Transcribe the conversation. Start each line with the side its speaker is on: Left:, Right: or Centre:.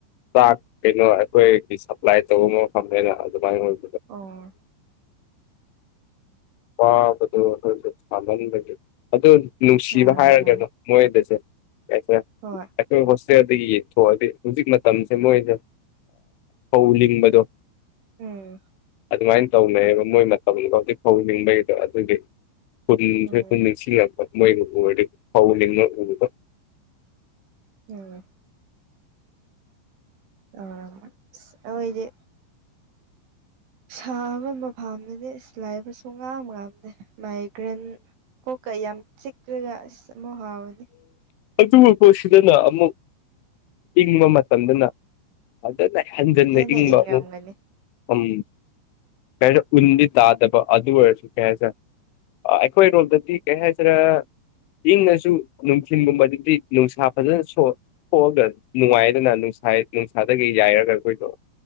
Left: ꯆꯥꯛ ꯀꯩꯅꯣ ꯑꯩꯈꯣꯏꯒꯤ ꯁꯄ꯭ꯂꯥꯏ ꯇꯧꯕ ꯃꯐꯝꯅꯦꯅ ꯑꯗꯨꯃꯥꯏꯅ ꯑꯣꯏ
Right: ꯑꯣ
Left: ꯋꯥꯕꯗꯣ ꯑꯩꯈꯣꯏꯁꯨ ꯁꯥꯃꯥꯟꯕꯒꯤ ꯑꯗꯣ ꯅꯨꯡꯁꯤꯕ
Right: ꯋꯥꯔꯝꯒꯅꯤ
Left: ꯍꯥꯏꯔꯒꯅꯣ ꯃꯣꯏꯗꯁꯨ <unintelligible>
Right: ꯍꯣꯏ
Left: ꯑꯩꯈꯣꯏ ꯍꯣꯁꯇꯦꯜꯗꯒꯤ ꯌꯦꯡꯊꯣꯛꯑꯗꯤ ꯍꯧꯖꯤꯛ ꯃꯇꯝꯁꯦ ꯃꯣꯏꯅ ꯐꯧ ꯂꯤꯡꯕꯗꯣ
Right: ꯎꯝ
Left: ꯑꯗꯨꯃꯥꯏꯟ ꯇꯧꯅꯩꯌꯦꯕ ꯃꯣꯏ ꯃꯇꯝꯒꯤ ꯍꯧꯖꯤꯛ ꯐꯧ ꯂꯤꯡꯕꯩꯒꯤꯀꯣ ꯑꯗꯨꯒꯤ ꯍꯨꯟꯁꯦ
Right: ꯎꯝ
Left: ꯍꯨꯟ ꯁꯤꯡꯉꯛꯄ ꯃꯣꯏꯕꯨ ꯎꯔꯗꯤ ꯐꯧ ꯂꯤꯡꯉ ꯎꯕ
Right: ꯎꯝ ꯑꯣ ꯑꯈꯣꯏꯗꯤ ꯁꯥꯕ ꯃꯐꯝꯁꯤꯗꯤ ꯏꯁ ꯂꯥꯏꯕ ꯁꯨꯉꯝ ꯉꯝꯗꯦ ꯃꯥꯏꯒ꯭ꯔꯦꯟ ꯀꯣꯛꯀ ꯌꯥꯝ ꯆꯤꯛꯂꯒ ꯑꯁ ꯑꯃꯨꯛ ꯍꯧꯋꯦ
Left: ꯑꯣ <unintelligible> ꯁꯤꯗꯅ ꯑꯃꯨꯛ ꯏꯪꯕ ꯃꯇꯝꯗꯅ ꯐꯖꯅ ꯍꯦꯟꯖꯟꯅ
Right: ꯍꯦꯟꯅ
Left: ꯏꯪꯕ
Right: ꯏꯪꯔꯝꯒꯅꯤ
Left: ꯑꯃꯨꯛ ꯎꯝ ꯀꯩꯅꯣ ꯎꯟꯗꯤ ꯇꯥꯗꯕ ꯑꯗꯨ ꯑꯣꯏꯔꯁꯨ ꯀꯩ ꯍꯥꯏꯁꯤꯔꯥ ꯑ ꯑꯩꯈꯣꯏꯔꯣꯝꯗꯗꯤ ꯀꯩ ꯍꯥꯏꯁꯤꯔꯥ ꯏꯪꯉꯁꯨ ꯅꯨꯡꯊꯤꯟꯒꯨꯝꯕꯗꯗꯤ ꯅꯨꯡꯁꯥ ꯐꯖꯅ ꯁꯣꯛ ꯊꯣꯛꯑꯒ ꯅꯨꯡꯉꯥꯏꯗꯅ ꯅꯨꯡꯁꯥ ꯅꯨꯡꯁꯥꯗꯒꯤ ꯌꯥꯏꯔꯒ ꯑꯩꯈꯣꯏꯁꯨ